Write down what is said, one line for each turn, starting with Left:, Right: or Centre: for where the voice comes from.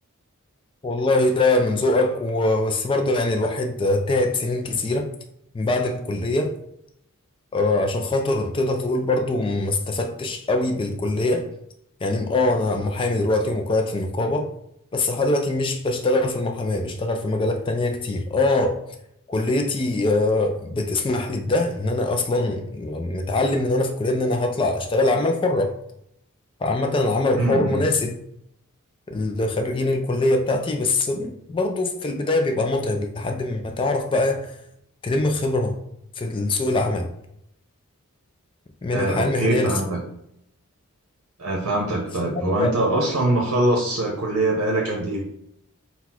Left: والله ده من ذوقك وبس برضه يعني الواحد تعب سنين كتيرة من بعد الكلية آه، عشان خاطر تقدر تقول برضه ما استفدتش قوي بالكلية يعني اه انا محامي دلوقتي ومقيد في النقابة بس لحد دلوقتي مش بشتغل في المحاماة بشتغل في مجالات تانية كتير اه كليتي آه، بتسمح لي بده ان انا اصلا متعلم من وانا في الكلية ان انا هطلع اشتغل عمل حرة فعامة العمل الحر
Right: امم
Left: مناسب لخريجين الكلية بتاعتي بس برضو في البداية بيبقى متعب لحد ما تعرف بقى تلم خبرة في سوق العمل من
Right: آه
Left: الحياة
Right: اوكي
Left: المهنية
Right: فهمتك
Left: نفسها
Right: آه فهمتك
Left: فأنا
Right: طيب هو انت اصلا مخلص كلية بقالك قد ايه؟